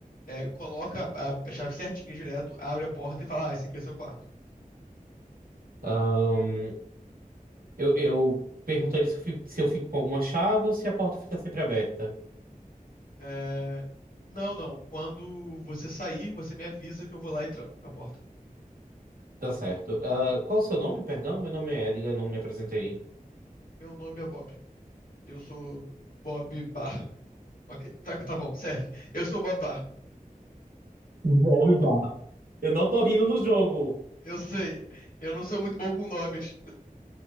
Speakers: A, on the left; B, on the right.
A: é, coloca a, a chave certinha direto, abre a porta e fala, ah, esse aqui é seu quarto.
B: Ahn, eu, eu perguntaria se eu fico, se eu fico com alguma chave ou se a porta fica sempre aberta.
A: É, Não, não, quando você sair, você me avisa que eu vou lá e tranco a porta.
B: Tá certo. Ah, qual o seu nome? Perdão, meu nome é Edgar, não me apresentei.
A: Meu nome é Bob, eu sou Bob Barr. Ok, tá, tá bom, serve. Eu sou o Bob Barr.
B: Bob Barr. Eu não tô rindo no jogo.
A: Eu sei, eu não sou muito bom com nomes.